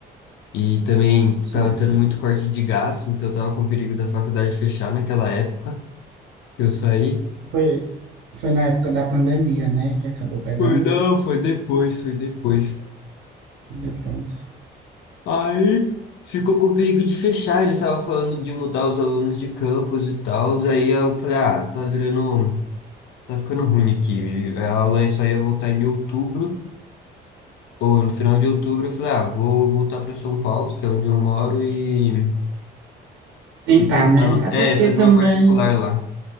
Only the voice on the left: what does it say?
E também
tava tendo muito corte de gasto, então eu tava com perigo da faculdade fechar naquela época que eu saí.
Foi, não, foi depois, foi depois.
Aí ficou com perigo de fechar. Eles estavam falando de mudar os alunos de campus e tal. Aí eu falei, ah, tá virando, um, tá ficando ruim aqui. A aula só ia voltar em outubro, ou no final de outubro. Eu falei, ah, vou voltar para São Paulo, que é onde eu moro, e,
e terminando.
É,
fazer
uma particular lá.